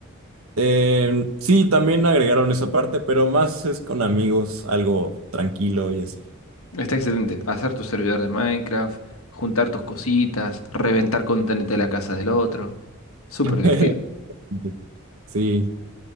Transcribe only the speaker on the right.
Eh, sí, también agregaron esa parte, pero más es con amigos, algo tranquilo y así.
<laughs>
Sí,